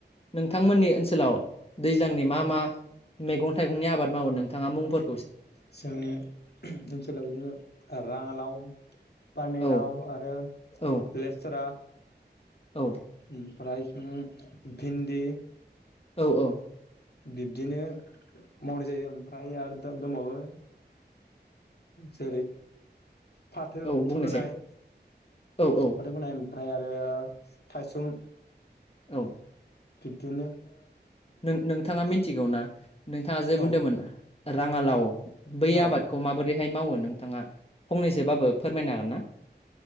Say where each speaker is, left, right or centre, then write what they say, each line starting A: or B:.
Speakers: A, on the left (about 35°); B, on the left (about 65°).
A: नोंथांमोननि ओनसोलाव दैज्लांनि मा मा मैगं-थाइगंनि आबाद मावो नोंथाङा मुंफोर
B: जोंनि <unintelligible> ओनसोलाव बिदिनो ओ राङालाव, पानिलाव
A: औ
B: आरो
A: औ
B: लेसरा
A: औ
B: ओमफ्राय ओम भिन्दि
A: औ औ।
B: बिब्दिनो मावनाय जायो ओमफ्राय
A: औ
B: आरो द दंबावो जेरै फाथो
A: औ बुंनोसै
B: फोनाय
A: औ औ
B: फाथो फोनाय ओमफ्राय आरो थाइसुम
A: औ।
B: बिबदिनो
A: नों नोंथाङा मिथिगौ ना? नोंथाङा जे बुंदोंमोन
B: औ
A: राङालाव बै
B: औ
A: आबादखौ माबोरैहाय मावो नोंथाङा फंनैसोबाबो फोरमायनो हागोन ना?